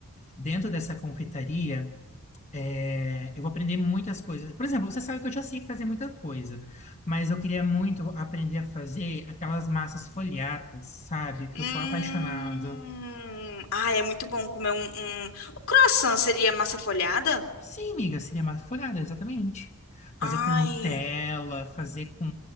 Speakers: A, on the left; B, on the left.
A: dentro dessa confeitaria, é, eu vou aprender muitas coisas. Por exemplo, você sabe que eu já sei fazer muita coisa, mas eu queria muito aprender a fazer aquelas massas folhadas, sabe? Porque
B: Hum...
A: eu sou apaixonado.
B: Ah, é muito bom comer um, um... O croissant seria massa folhada?
A: Sim, amiga, seria massa folhada, exatamente. Fazer
B: Ai...
A: com Nutella, fazer com,